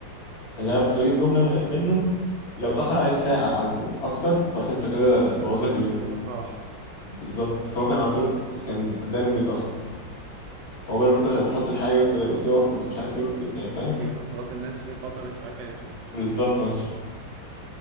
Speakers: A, on the left; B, on the right.
A: اللي انا كنت بجيب جمله منه لو
B: اه
A: اتاخر عليك ساعه او اكتر خلاص انت كده بوظ لك اليوم
B: يومك راح
A: بالظبط فهو كان على طول كان دايما بيتاخر
B: آه.
A: وقبل ما انت تحط الحاجه وت- وتقف ومش عارف ايه وت... يعني فاهم
B: يكون خلاص الناس فطرت وأكلت وبتاع
A: بالظبط مثلا